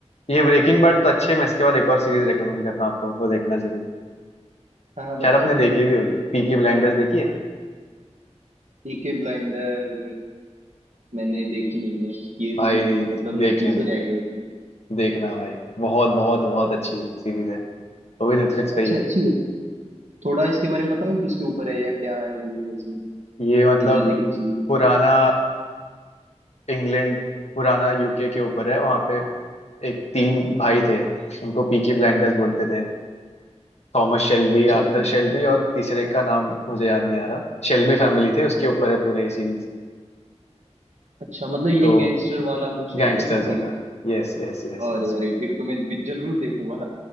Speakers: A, on the left; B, on the right.
A: ये ब्रेकिंग बैड तो अच्छे मैं इसके बाद एक और सीरीज रेकमेंड करता हूँ आपको वो देखना जरूर
B: हाँ हाँ बताओ
A: शायद आपने देखी भी होगी पीकी ब्लाइंडर्स देखी है
B: पीके ब्लाइंडर मैंने देखी नहीं है ये भी
A: भाई
B: मतलब
A: देख
B: मैं पीछे
A: लेना
B: रह गया इसमें
A: देखना भाई बहुत बहुत बहुत अच्छी सीरीज है वो भी नेटफ्लिक्स पे
B: अच्छा
A: ही है
B: अच्छी है थोड़ा इसके बारे में बताओ किसके ऊपर है या क्या है ये है इसमें
A: ये मतलब
B: जो मुझे देखनी चाहिए
A: पुराना इंग्लैंड पुराना यूके के ऊपर है वहां पे एक तीन भाई थे उनको पीकी ब्लाइंडर्स बोलते थे थॉमस शेल्बी
B: अच्छा
A: आर्थर
B: अच्छा
A: शेल्बी और तीसरे का नाम मुझे याद नहीं आ रहा शेल्बी फैमिली थे उसके ऊपर है पूरा ये सीरीज
B: अच्छा मतलब ये
A: तो
B: गैंगस्टर वाला कुछ है
A: गैंगस्टर्स
B: क्या इसमें सीन
A: वाला यस यस यस
B: अरे
A: यस
B: अरे फिर तो मैं भी जरूर देखूंगा